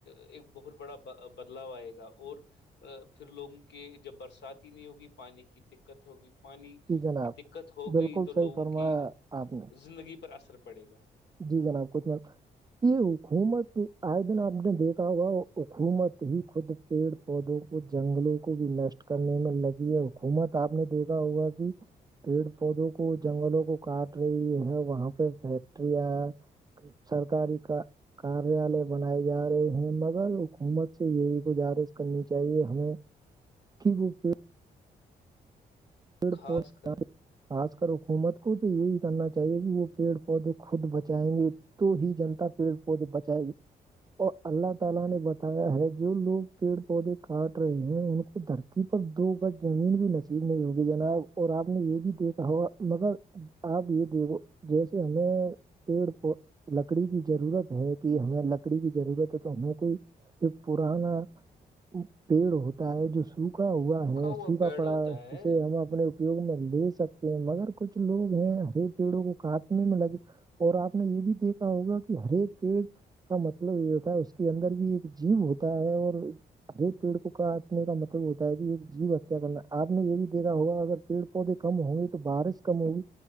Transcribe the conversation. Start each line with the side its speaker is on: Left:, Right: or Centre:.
Left: ایک بہت بڑا بدلاو آئے گا اور پھر لوگوں کے جب برسات ہی نہیں ہوگی پانی کی دقت ہوگی پانی کی
Right: جی جناب
Left: دقت ہو
Right: بالکل
Left: گئی تو لوگوں
Right: صحیح فرمایا
Left: کی
Right: آپ نے
Left: زندگی پر اثر پڑے گا
Right: جی جناب کچھ م یہ حکومت آئے دن آپ نے دیکھا ہوا حکومت ہی خود پیڑ پودوں کو جنگلوں کو بھی نشٹ کرنے میں لگی ہے حکومت آپ نے دیکھا ہوا جی پیڑ پودوں کو جنگلوں کو کاٹ رہی ہے وہاں پہ فیکٹریاں سرکاری کا کاریالے بنائے جا رہے ہیں مگر حکومت سے یہی گزارش کرنی چاہیے ہمیں کی بولتے پ
Left: خاص
Right: پ
Left: کر
Right: <unintelligible> خاص کر حکومت کو تو یہی کرنا چاہیے کہ وہ پیڑ پودے خود بچائیں گے تو ہی جنتا پیڑ پودے بچائے گی اور اللہ تعالی نے بتایا ہے جو لوگ پیڑ پودے کاٹ رہے ہیں ان کو درک تھی پر دو گز زمین بھی نصیب نہیں ہوگ جناب اور آپ نے یہ بھی دیکھا ہوگا مگر آپ یہ دیکھو جیسے ہمیں پیڑ پود لکڑی کی ضرورت ہے کہ ہمیں لکڑی کی ضرورت ہے تو ہمیں کوئی پرانا پیڑ ہوتا ہے جو سوکھ سکا ہوا ہے
Left: ہوا
Right: سوکھا
Left: پیڑ
Right: پڑا
Left: ہوتا ہے
Right: اسے ہم اپنے اپیوگ میں لے سکتے ہیں مگر کچھ لوگ ہیں ہر پیڑوں کو کاٹنے میں لگے اور آپ نے یہ بھی دیکھا ہوگا کہ ہر ایک پیڑ کا مطلب یہ ہوتا ہے اس کے اندر بھی ایک جیو ہوتا ہے اور ارے پیڑ کو کاٹنے کا مطلب ہوتا ہے کہ ایک جیو ہتیا کرنا آپ نے یہ بھی دا ہوگا اگر پیڑ پودے کم ہوں گے تو بارش کم ہوگی